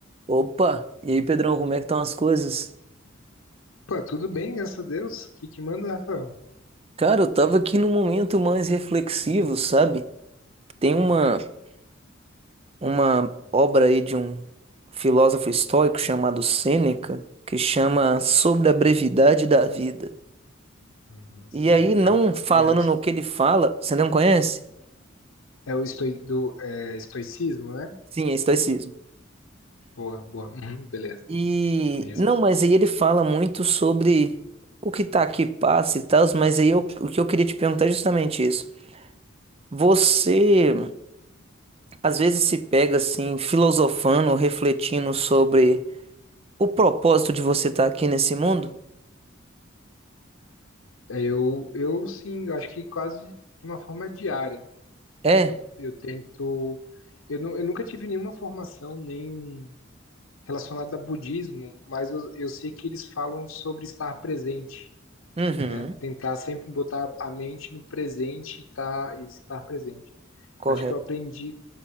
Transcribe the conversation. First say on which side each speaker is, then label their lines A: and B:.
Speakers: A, on the right; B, on the left.
A: Opa, e aí, Pedrão, como é que estão as coisas?
B: Pô, tudo bem, graças a Deus. O que que manda, Rafael?
A: Cara, eu tava aqui num momento mais reflexivo, sabe? Tem uma, uma obra aí de um filósofo estoico chamado Sêneca, que chama Sobre a Brevidade da Vida.
B: Uhum,
A: E
B: sim,
A: aí, não
B: cara.
A: falando
B: É,
A: no que ele fala, você não conhece?
B: é o estoi, do, é, estoicismo, né?
A: Sim, é estoicismo.
B: Boa, boa. Uhum, beleza,
A: E
B: conheço.
A: não, mas aí ele fala muito sobre o que tá aqui passa e tal, mas aí eu- o que eu queria te perguntar é justamente isso. Você Às vezes se pega assim, filosofando, refletindo sobre o propósito de você estar aqui nesse mundo?
B: É, eu, eu, sim, eu acho que quase de uma forma diária.
A: É?
B: Eu, eu tento... Eu, nu, eu nunca tive nenhuma formação nem relacionada a budismo, mas eu, eu sei que eles falam sobre estar presente,
A: Uhum.
B: né? Tentar sempre botar a mente no presente e, tá, e estar presente.
A: Correto.
B: Eu acho que eu aprendi